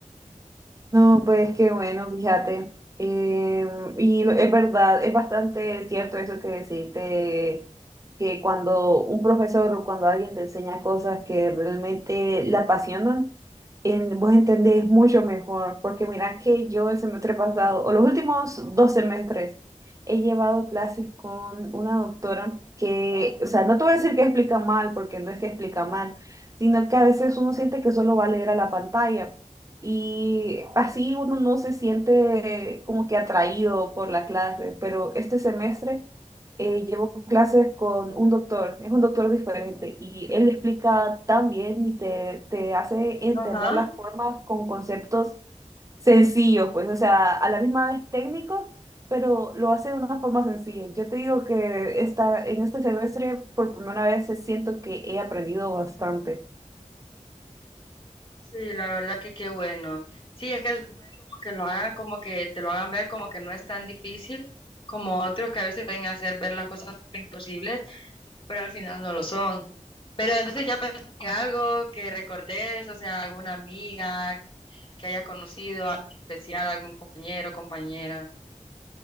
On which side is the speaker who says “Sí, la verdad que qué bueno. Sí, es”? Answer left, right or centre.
Left